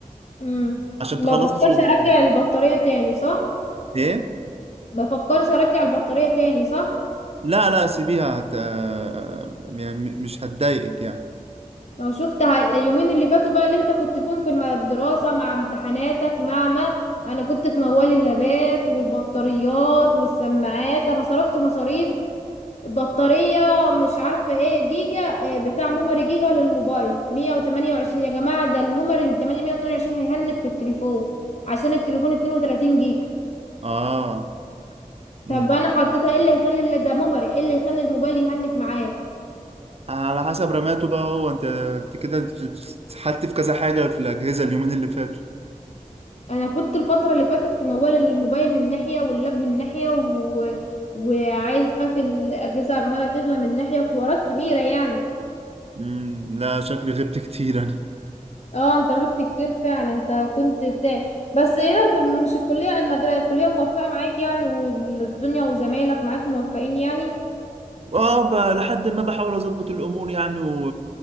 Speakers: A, on the left; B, on the right.
A: امم
B: عشان
A: ما
B: تخلصي
A: بفكرش
B: شغلك
A: ارجع
B: كده
A: البطارية تاني صح
B: ايه؟
A: ما بفكرش ارجع البطارية تاني صح
B: لا لا سيبيها هت... آه يعني م- مش هتضايقك يعني
A: لو شفت ه- اليومين اللي فاتوا بقى اللي انت كنت فيهم في الم- الدراسة مع امتحاناتك مع ما انا كنت في موال اللابات والبطاريات والسماعات انا صرفت مصاريف بطارية مش عارفة ايه جيجا اه، بتاع ميموري جيجا للموبايل 128 يا جماعة ده الميموري ال 828 هيهنك في التليفون عشان التليفون 32 جيجا
B: اه مم.
A: طب انا حطيتها ايه اللي هيخلي ال- ده ميموري ايه اللي يخلي الموبايل يهنك معاك
B: على حسب رماته بقى هو انت انت كده اتسحلت في كذا حاجة في الأجهزة اليومين اللي فاتوا
A: انا كنت الفتره اللي فاتت في موال الموبايل من ناحيه واللاب من ناحيه و... وعايز اخاف الاجهزه عماله تغلى من ناحيه وحوارات كبيره يعني
B: مم. لا شكلي غبت كتير
A: اه انت غبت كتير فعلا انت كنت بتاع بس ايه مش الكليه المدرسه الكليه موفقه معاك يعني والدنيا وزمايلك معاك موفقين يعني
B: اه ب- لحد ما بحاول اظبط الامور يعني و...